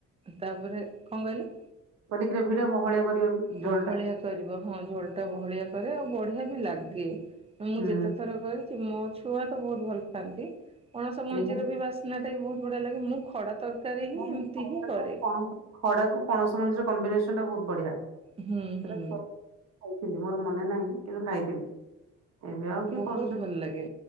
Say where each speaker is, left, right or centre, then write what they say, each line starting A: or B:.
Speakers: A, on the right; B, on the right.
A: ତାପରେ କଣ କହିଲେ?
B: ପନିକିରେ ଭିଡ଼ ବହଳିଆ କରିବା ବି
A: ବହଳିଆ
B: ଝୋଳ ଟା
A: କରିବ, ହଁ ଝୋଳ ଟା ବହଳିଆ କରେ ଆଉ ବଢିଆ ବି ଲାଗେ। ମୁଁ
B: ହୁଁ
A: ଯେତେ ଥର କରିଛି ମୋ ଛୁଆ ତ ବହୁତ ଭଲ ପାଆନ୍ତି ପଣସ ମଞ୍ଜିର
B: ଦେଖିଆ ହଁ।
A: ବି ବାସ ସୁନାଟା ବି ବହୁତ ବଢ଼ିଆ ଲାଗେ ମୁଁ ଖଡ଼ା ତରକାରୀ ହିଁ
B: ନାଇଁ
A: ଏମିତି
B: ଖଡାକୁ
A: ହିଁ କରେ।
B: ପଣସ ଖଡାକୁ ପଣସ ମଞ୍ଜିର କମ୍ବିନେସନ ଟା ବହୁତ ବଢିଆ।
A: ହୁଁ-
B: ସେଟା
A: ହୁଁ।
B: ଛୁଆବେଳେ ଖାଇଥିଲି ମୋର ମନେ ନାହିଁ କିନ୍ତୁ ଖାଇଥିଲି। ଏବେ ଆଉ କିଏ
A: ବହୁତ
B: କରୁଛନ୍ତି
A: ଭଲ ଲାଗେ